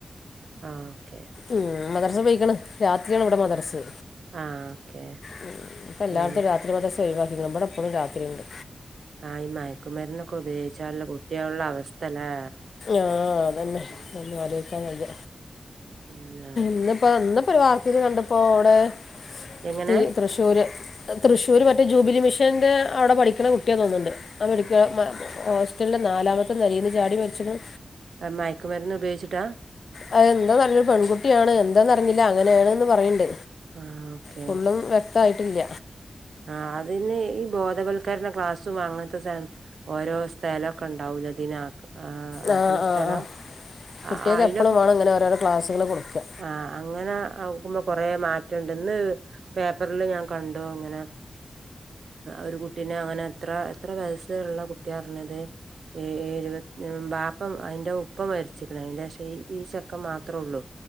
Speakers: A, on the right; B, on the left.
A: ആ ഓക്കെ
B: ഉം മദ്രസ് പോയിക്കണ് രാത്രിയാണ് ഇവിടെ മദ്രസ്
A: ആഹ് ഓക്കെ
B: ഉം ഇപ്പം എല്ലാടത്തും
A: ഉം
B: രാത്രി മദ്രസ് ഒഴിവാക്കിന്ന് ഇബടെ ഇപ്പളും രാത്രി ഇണ്ട്
A: ആഹ് ഈ മയക്കുമരന്ന്ക്കെ ഉപയോഗിച്ചുള്ള കുട്ട്യാളുടെ അവസ്ഥല്ലേ
B: ആഹ് അതന്നെ
A: ഉം
B: അതൊന്നും
A: ഉം
B: ആലോയ്ചാൻ വയ്യ
A: പിന്നെ
B: ഇന്നിപ്പോ ഇന്ന് ഒരു വാർത്തൽ കണ്ടപ്പോ എവിടെ
A: എങ്ങനെ
B: തീ തൃശ്ശൂർ തൃശ്ശൂർ മറ്റേ ജൂബിലി മിഷൻ്റെ അവിടെ പഠിക്കണ കുട്ടിയ തോന്നുന്നുണ്ട് ആഹ് മെഡിക്ക ഹോസ്റ്റലിന്റെ നാലാമത്തെ നെലേന്ന് ചാടി മരിച്ചണം
A: മയക്കുമരുന്ന് ഉപയോഗിച്ചിട്ടാ
B: അത എന്താ പററിഞ്ഞു പെൺകുട്ടിയാണ് എന്താന്ന് അറിഞ്ഞില്ല അങ്ങനെയാണ്ന്ന് പറയണ്ട്
A: ആഹ് ഓക്കെ
B: ഫുള്ളും വെക്തമായിട്ടില്ല
A: ആ അതിന് ഈ ബോധവൽക്കരണ ക്ലാസ്സും അങ്ങനത്തെ സാ ഓരോ സ്ഥലക്കെ ഉണ്ടാവൂല ഇതിനെ ആഹ് ആഹ്
B: ആ
A: ആക്ക്ണെ
B: ആ
A: സ്ഥലം
B: ആ കുട്ടികൾക്ക്
A: ആ അയിലെക്ക
B: എപ്പളും വേണം ഇങ്ങനെ ഓരോരോ ക്ലാസ്സുകൾ കൊടുക്കുക
A: ആ അങ്ങനെ ആകുമ്പോ കൊറെ മാറ്റണ്ട്. ഇന്ന് പേപ്പറിൽ ഞാൻ കണ്ടു. ഇങ്ങനെ ഒരു കുട്ടീ അങ്ങനെ എത്ര എത്ര വയസ്സുള്ള കുട്ടി പറഞ്ഞത് ഇരു വാപ്പ അതിന്റെ ഉപ്പ മരച്ചിക്ക്ണ് അതിന്റെ ശേഷം ഈ ഈ ചെക്കൻ മാത്രമേ ഒള്ളൂ.